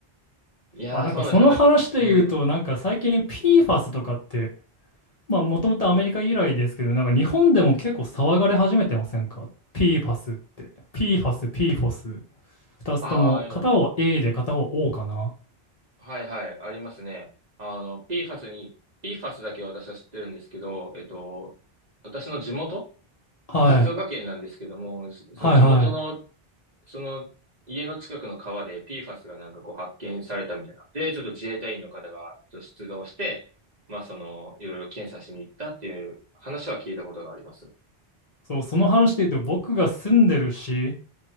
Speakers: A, on the right; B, on the left.
A: いやー、
B: あ、なんかその話で言うと、
A: そうなんですよ。なんか、うん。
B: なんか最近 PFAS とかって、まあ、もともとアメリカ由来ですけど、なんか日本でも結構騒がれ始めてませんか ?PFAS って。PFAS、PFOS。二つとも、
A: ああ、
B: 片方は A で片方は O かな。
A: はいはい、ありますね。あの、PFAS に、PFAS だけは私は知ってるんですけど、えっと、私の地元
B: はい。
A: 静岡県なんですけども、その地元の
B: はいはい。
A: その家の近くの川で PFAS がなんかこう発見されたみたいな。で、ちょっと自衛隊員の方がちょっと出動して、まあその、いろいろ検査しに行ったっていう話は聞いたことがあります。
B: そう、その話で言うと、僕が住んでる市、